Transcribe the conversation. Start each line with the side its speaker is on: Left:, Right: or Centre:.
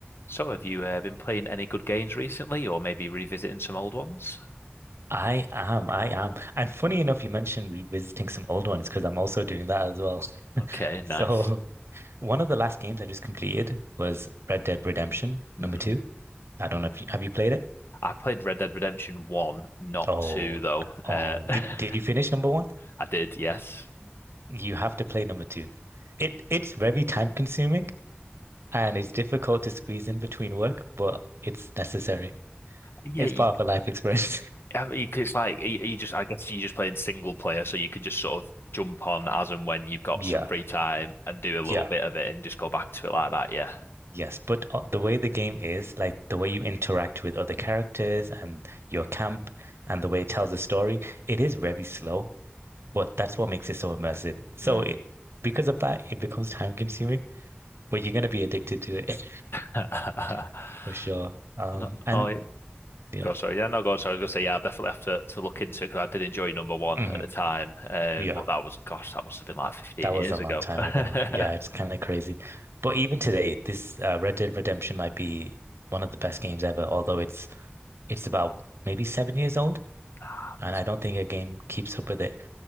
Left: So, have you uh, been playing any good games recently, or maybe revisiting some old ones?
Right: I am. I am. And funny enough, you mentioned revisiting some old ones because I'm also doing that as well.
Left: Okay, nice.
Right: So <laughs> one of the last games I just completed was Red Dead Redemption
Left: hmm
Right: number two. I don't know if you have you played it?
Left: I played Red Dead Redemption 1, not
Right: Oh,
Left: 2, though. Uh,
Right: oh,
Left: <laughs>
Right: did did you finish number one?
Left: I did, yes.
Right: You have to play number two. It it's very time consuming and it's difficult to squeeze in between work, but it's necessary.
Left: Yeah,
Right: It's
Left: y-
Right: part of a life experience. <laughs>
Left: I mean, 'cause it's like you, you just, I guess you're just playing single player, so you could just sort of jump on as and when you've got
Right: Yeah.
Left: some free time and do a little
Right: Yeah.
Left: bit of it and just go back to it like that, yeah.
Right: Yes, but uh, the way the game is, like the way you interact with other characters and your camp and the way it tells a story, it is very slow, but that's what makes it so immersive. So
Left: Hmm.
Right: it, because of that, it becomes time consuming, but you're going to be addicted to it
Left: <laughs>
Right: <laughs> for sure. Um,
Left: Oh, no.
Right: and
Left: Oh, yeah.
Right: yeah,
Left: Go sorry, yeah, no, go sorry. I was gonna say, yeah, I definitely have to, to look into it because I did enjoy number one
Right: hmm
Left: at the time. Um,
Right: yeah,
Left: but that was, gosh, that must have been like 15
Right: that
Left: years
Right: was a long
Left: ago.
Right: time
Left: <laughs>
Right: ago. Yeah, it's kind of crazy. But even today, this uh, Red Dead Redemption might be one of the best games ever, although it's it's about maybe seven years old,
Left: Ah,
Right: and
Left: that's
Right: I
Left: good.
Right: don't think a game keeps up with it.